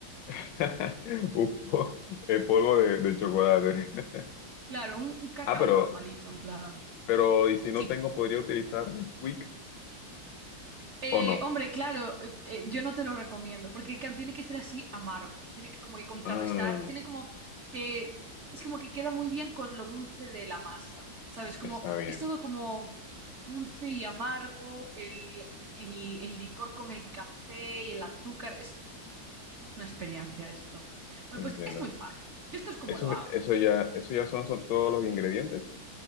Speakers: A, on the left; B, on the right.
A: <laughs> un po- el polvo de de chocolate. <laughs>
B: Claro, un, un cacao
A: Ah, pero
B: normalito, en plan...
A: Pero, ¿y si no
B: Sí,
A: tengo, podría utilizar Nesquik
B: Eh,
A: o no?
B: hombre, claro, eh, eh, yo no te lo recomiendo, porque claro, tiene que ser así amargo, tiene que como que contrarrestar,
A: Ah,
B: tiene como que, es como que queda muy bien con lo dulce de la masa, ¿sabes? Como,
A: está bien,
B: es todo como dulce y amargo, el, el- el licor con el café y el azúcar, es, es una experiencia esto. Bueno,
A: entiendo.
B: pues es muy fácil, yo esto es como
A: Eso,
B: lo hago.
A: eso ya, eso ya son, son todos los ingredientes.